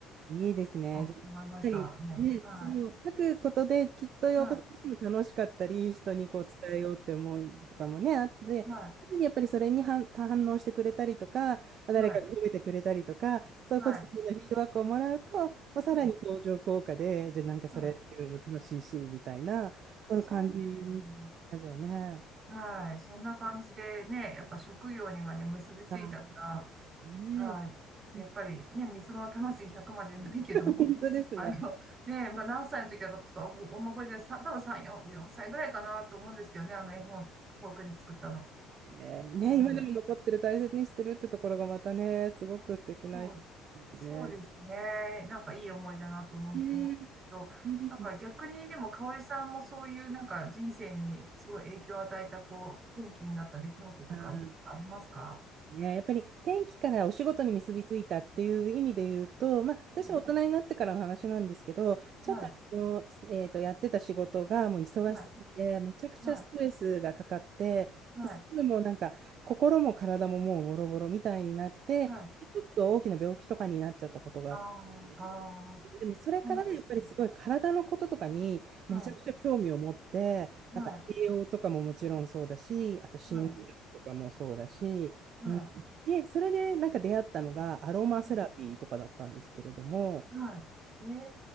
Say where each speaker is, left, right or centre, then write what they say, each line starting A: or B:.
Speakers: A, on the right; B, on the right.
A: いいですね。
B: うん思いましたね。
A: じゃあやっぱり、ね、
B: は
A: その書くことできっと洋子さん自身も楽しかったり、
B: い。は
A: 人にこう伝えようって思いとかもね、あって、
B: い。は
A: 常にやっぱりそれに反、反応してくれたりとか、まあ誰かが褒めてくれたりとか、
B: い。はい。
A: そういうポジティブなフィードバックをもらうと、
B: はい。
A: まあ、さらに登場効果で、
B: はい。
A: じゃあなんかそれ自分も楽しいし、
B: はい。はい
A: みたいな、そういう感じですかね、
B: そうですね。
A: じゃあね。
B: はい。そんな感じでね、やっぱ職業にまで結びついたか
A: あ、ね
B: ら、はい。
A: え。<laughs>
B: やっぱりね、三つ子の魂100までないけども、
A: 本当ですね。
B: <laughs> あの、ね、まあ何歳の時だかちょっとあんま覚えてない、さ多分3、4、4歳ぐらいかなと思うんですけどね、あの絵本、フォークに作ったの。
A: えーね、
B: うん。
A: 今でも残ってる、大切にしてるってところがまたね、すごく素敵なエピソードですね。
B: そう、そうですね。なんかいい思いだなと思う、
A: えー
B: 思うけど、
A: いいですね。
B: なんか逆にでも、香織さんもそういうなんか人生にすごい影響を与えた、こう、転機になった出来事とか、
A: あー
B: なんかありますか
A: ね、やっぱり天気からお仕事に結びついたっていう意味で言うと、まあ、私は大人になってからの話なんですけど、
B: うん
A: ちょっと、
B: はい。
A: あの、えーと、やってた仕事がもう忙しすぎて、
B: はい、
A: めちゃくちゃストレスがかかって、
B: はい、はい、
A: ですぐもうなんか心も体ももうボロボロみたいになって、
B: はい。
A: でちょっと大きな病気とかになっちゃったことがあって。
B: ああ、ああ、
A: でもそれからやっぱりすごい体のこととかにめちゃくちゃ興味を持って、
B: そうなんですね。はい、
A: なんか栄養とかももちろんそうだし、
B: は
A: あと心理学とかもそうだし、
B: い、はい、は
A: うん、で、それでなんか出会ったのがアロマセラピーとかだったんですけれども、
B: い、はい。え